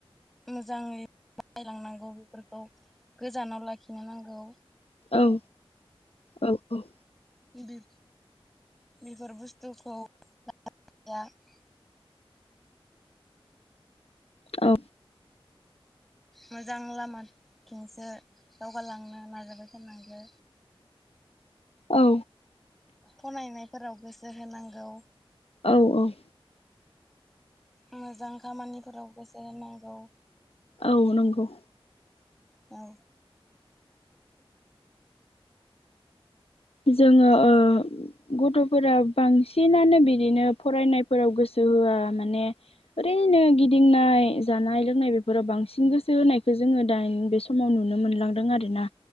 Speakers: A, in the centre; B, on the left.
A: मोजाङै <unintelligible> बेफोरखौ गोजानाव लाखिनो नांगौ
B: औ औ औ
A: बिफ बिफोर बुस्थुखौ <unintelligible>
B: औ
A: मोजां लामाथिंसो दावगालांनो नाजाबाय थानांगौ
B: औ
A: फनायनायफोराव गोसो होनांगौ
B: औ औ
A: मोजां खामानिफोराव गोसो होनांगौ
B: औ नंगौ
A: औ
B: जोङो ओ गथ' फोरा बांसिनानो बि बिदिनो फरायनायफोराव गोसो होआ माने ओरैनो गिदिंनाय जानाय लोंनाय बेफोराव बांसिन गोसो होनायखौ जोङो दानि बे समाव नुनो मोनलांदों आरोना